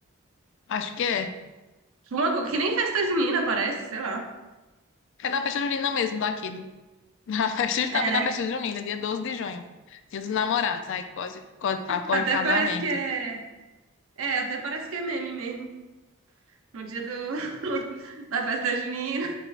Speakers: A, on the left; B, on the right.
A: acho que é.
B: Tipo, Uma, co- que nem festa junina, parece, sei lá.
A: É na festa junina mesmo daqui. Do... <laughs> Na festa, justamente
B: É, né?
A: na festa junina, dia 12 de junho. Dia dos namorados. Aí quase- quase acolhe
B: Até
A: o casamento.
B: parece que é. É, até parece que é meme mesmo. No dia do... <laughs> da festa junina.